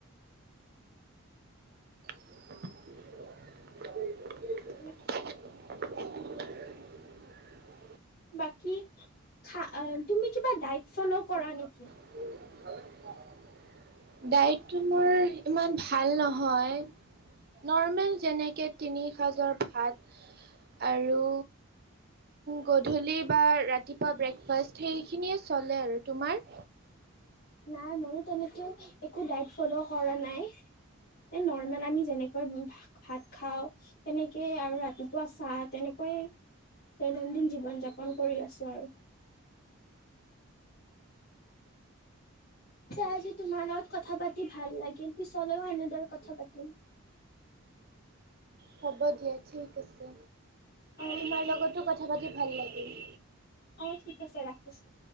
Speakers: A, on the right (about 45°); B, on the left (about 45°).
A: <inaudible>
B: উম
A: <inaudible>
B: বাকী খা তুমি কিবা ডাইট ফল' কৰা নেকি?
A: <unintelligible> ডাইটটো মোৰ ইমান ভাল নহয় নৰ্মেল যেনেকে তিনি সাজৰ ভাত আৰু গধূলি বা ৰাতিপুৱা সেইখিনিয়ে চলে আৰু তোমাৰ
B: নাই মইয়ো তেনেকে একো ডাইট ফলো কৰা নাই এই নৰ্মেল আমি যেনেকে ভাত খাওঁ তেনেকেই আৰু ৰাতিপুৱা চাহ তেনেকৈ দৈনন্দিন জীৱন যাপন কৰি আছোঁ আৰু পিছে আজি তোমাৰ লগত কথা পাতি ভাল লাগিল পিছলৈও এনেদৰে কথা পাতিম
A: হ'ব দিয়া ঠিক আছে
B: অ',
A: তোমাৰ লগতো কথা পাতি ভাল লাগিল
B: অঁ ঠিক আছে ৰাখিছোঁ